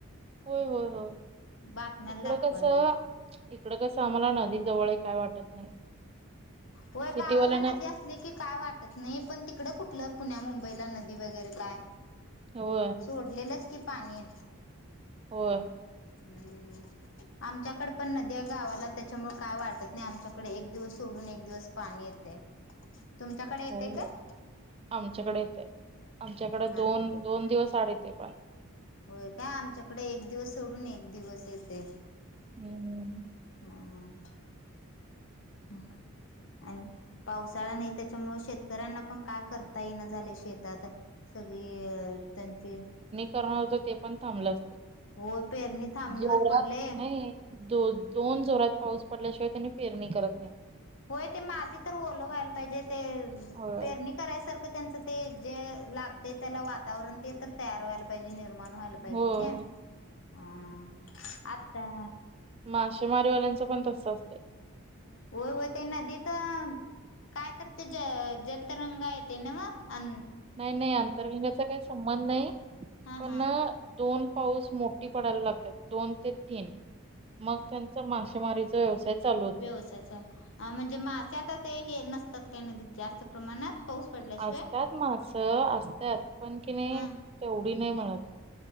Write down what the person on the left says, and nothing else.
बातम्याला
दाखवाल
तिथ
होय
गावाला ना देस की काय वाटत नाही पण तिकडे कुठलं पुण्या मुंबईला नदी वगैरे काय?
सोडलेलंच की पाणी
हम्म आमच्याकड पण नद्या गावाला त्याच्यामुळे काय वाटत नाही आमच्याक तकडे एक दिवस सोडून एक दिवस पाणी येते. तुमच्याकडे येते
काय
हा
होय काय आमच्याकडे एक दिवस सोडून एक दिवस येते.
हम्म हम्. आणि पावसाळा नाही त्याच्यामु शेतकऱ्यांना पण काय करता येना झाले शेतात सगळी अ त्यांची
होय पेरणी थांबणीवर
पडले
होय ते माती तर ओलं व्हायला पाहिजे ते
पेरणी करायच? त्यांच ते जे लाग त्या वातावरण ते तयार व्हाय. पाहिजे निर्माण व्हायला पाहिजे
न ह आता
होय हो त्यांनादी तर काय तर ते ज जलतरंगा येते ना म अ
हा
हा
व्यवसायाच म्हणजे मासे आता ते हे नसतात काय जास्त प्रमाणात पाऊस पडल्याशिवाय
हा